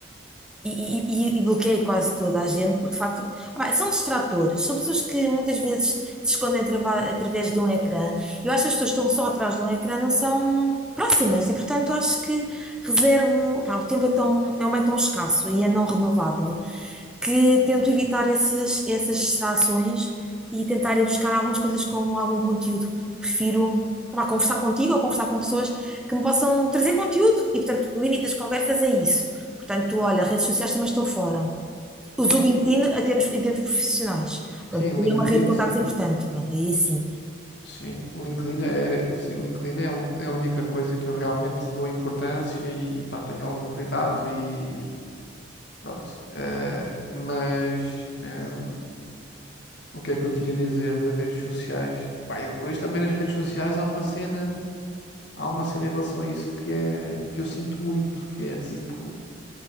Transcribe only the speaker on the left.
E-
e- e-
sim,
LinkedIn,
sim.
Sim, LinkedIn é, sim, LinkedIn é, o- é a única coisa que eu realmente dou importância e, pá, tenho algum cuidado e pronto. Eh, mas ehm, o que é que eu tinha a dizer de redes sociais? E, pá, e depois também nas redes sociais há uma cena, há uma cena em relação a isso que é que eu sinto muito, que é tipo.